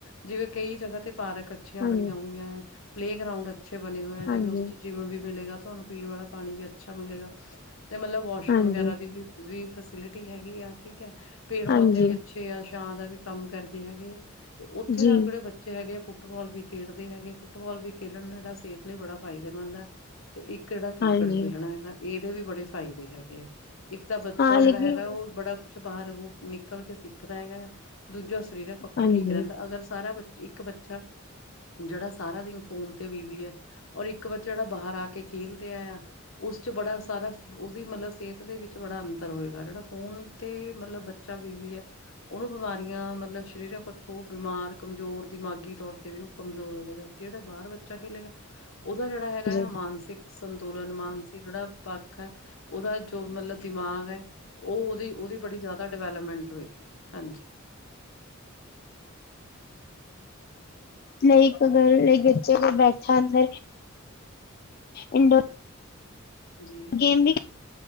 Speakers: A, on the left; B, on the left.
A: ਜਿਵੇਂ ਕਈ ਜਗ੍ਹਾ ਤੇ ਪਾਰਕ ਅੱਛੀਆਂ
B: ਹਾਂਜੀ
A: ਬਣੀਆਂ ਹੋਈਆਂ ਆਂ, ਪਲੇਗਰਾਉਂਡ ਅੱਛੇ ਬਨੇ ਹੋਏ ਆ ਜਿਵੇਂ
B: ਹਾਂਜੀ
A: ਉਸ ਚ ਜਿਮ ਵੀ ਮਿਲੇਗਾ, ਤੁਆਨੂੰ ਪੀਣ ਵਾਲਾ ਪਾਣੀ ਵੀ ਅੱਛਾ ਮਿਲੇਗਾ ਤੇ ਮਤਲਬ ਵਾਸ਼ਰੂਮ
B: ਹਾਂਜੀ
A: ਵਗੈਰਾ ਦੀ ਵੀ ਵੀ ਫੈਸਿਲਿਟੀ ਹੈਗੀ ਆ ਠੀਕ ਐ, ਪੇੜ-
B: ਹਾਂਜੀ
A: ਪੌਦੇ ਵੀ ਛੇ ਆ ਛਾਂ ਦਾ ਵੀ ਕੰਮ ਕਰਦੇ ਹੈਗੇ ਆ ਤੇ ਉੱਥੇ
B: ਜੀ
A: ਤਾਂ ਅਪਣੇ ਬੱਚੇ ਵਿੱਚ ਹੈਗੇ ਆ ਫੁੱਟਬਾਲ ਵੀ ਖੇਡਦੇ ਹੈਗੇ, ਫੁੱਟਬਾਲ ਵੀ ਖੇਲਣ ਜੇੜਾ ਸਿਹਤ ਲਈ ਬੜਾ ਫਾਇਦੇਮੰਦ ਆ। ਤੇ ਇੱਕ ਏੜਾ ਕ੍ਰਿਕੇਟ
B: ਹਾਂਜੀ
A: ਖੇਲਣਾ ਐਗਾ ਇਦੇ ਵੀ ਬੜੇ ਫਾਇਦੇ ਹੈਗੇ ਆ, ਇੱਕ ਤਾਂ ਬੱਚਾ
B: ਹਾਂ
A: ਜੜਾ
B: ਲੇਕਿਨ
A: ਹੈਗਾ ਓ ਬੜਾ ਕੁਛ ਬਾਹਰ ਓਹ ਨਿਕਲ ਕੇ ਸਿੱਖਦਾ ਐਗੈ, ਦੂਜਾ ਸਰੀਰਕ ਪੱਖੂ
B: ਹਾਂਜੀ
A: ਠੀਕ ਰੈਂਦੈ ਅਗਰ ਸਾਰਾ ਬੱਚ ਇੱਕ ਬੱਚਾ ਜੜਾ ਸਾਰਾ ਦਿਨ ਫੋਨ ਤੇ ਬਿਜ਼ੀ ਐ ਔਰ ਇੱਕ ਬੱਚਾ ਜੜਾ ਬਾਹਰ ਆ ਕੇ ਕੇਲ ਰੇਆ ਯਾ ਉਸ ਚ ਬੜਾ ਸਾਰਾ ਉਸਦੀ ਮਤਲਬ ਸੇਤ ਦੇ ਵਿੱਚ ਬੜਾ ਅੰਤਰ ਓਏਗਾ ਜੜਾ ਫੋਨ ਤੇ ਮਤਲਬ ਬ ਚਾ ਬੀਜ਼ੀ ਐ ਓਨੂੰ ਬਿਮਾਰੀਆਂ ਮਤਲਬ ਸ਼ਰੀਰਾਂ ਪੱਖੋਂ ਬੀਮਾਰ ਕਮਜ਼ੋਰ ਦਿਮਾਗੀ ਤੌਰ ਤੇ ਵੀ ਓ ਕਮਜ਼ੋਰ ਓ ਜੇਗਾ। ਕੇੜਾ ਬਾਰ ਬੱਚਾ ਕੇਲੇਗਾ ਓਦਾ ਜੜਾ ਹੈਗਾ
B: ਜੀ
A: ਯਾ ਮਾਨਸਿਕ ਸੰਤੁਲਨ ਮਾਨਸਿਕ ਜੜਾ ਪੱਖ ਹੈ ਓਦਾ ਜੋ ਮਤਲਬ ਦਿਮਾਗ ਐ ਓ ਓਦੀ-ਓਦੀ ਬੜੀ ਜਾਦਾ ਡਵੈਲਮੈਂਟ ਓਏਗੀ, ਹਾਂਜੀ।
B: ਲਾਈਕ ਅਗਰ ਲਾਈ ਗੱਚੇ ਕੋ ਬੈਠਾ ਅਨਦਰ, ਇੰਡੋਰ
A: ਜੀ।
B: ਗੇਮ ਵੀ,